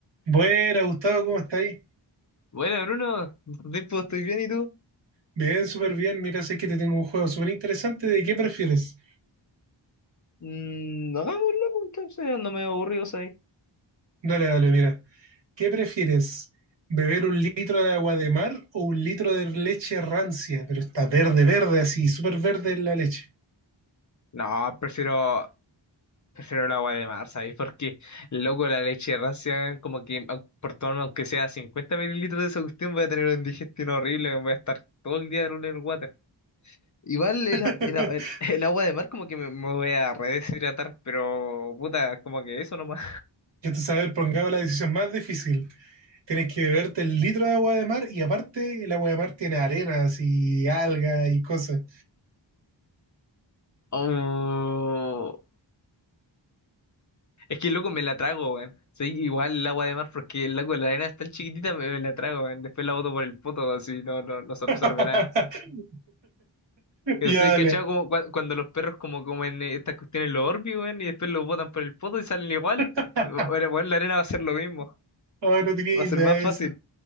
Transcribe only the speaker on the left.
Bueno, Bruno, ¿cuánto tiempo estoy bien, ¿y tú?
Mm, hagámoslo, pues, entonces ando medio aburrido, ¿sabes?
No, prefiero, prefiero el agua de mar, ¿sabes? Porque, loco, la leche ración, como que au- por tomarme aunque sea 50 mililitros de esa cuestión, voy a tener una digestión horrible, voy a estar todo el día en el water. Igual el,
a- el, a- el- el agua de mar como que me, me voy a redeshidratar, pero puta, como que eso nomás.
Oh. Es que loco me la trago, weón. Soy igual el agua de mar porque el agua la arena es tan chiquitita, me, me la trago, weón. Después la boto por el poto, así no, no, no se absorbe
nada. Pero
sí,
cachado como cua- cuando los perros como comen eh, estas cuestiones los Orbeez, weón, y después los botan por el poto y salen igual.
Bueno, weón, la arena va a ser lo mismo.
Va
a ser más
fácil.